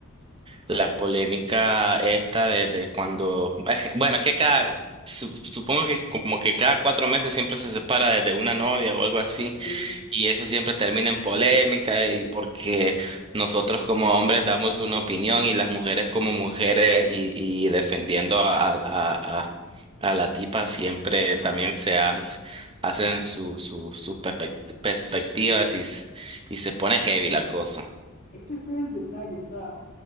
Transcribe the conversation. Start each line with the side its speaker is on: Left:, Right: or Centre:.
Right: La polémica esta de, de cuando, es que- bueno, es que cada, su- supongo que como que cada cuatro meses siempre se separa de, de una novia o algo así,
Left: Sí.
Right: y eso siempre termina en polémica, y porque nosotros como hombres damos una opinión y las mujeres como mujeres y, y defendiendo a, a, a, a la tipa siempre también se hace- hacen su, su, sus perspec- perspectivas y, s- y se pone heavy la cosa.
Left: Es que ese es el detalle, o sea,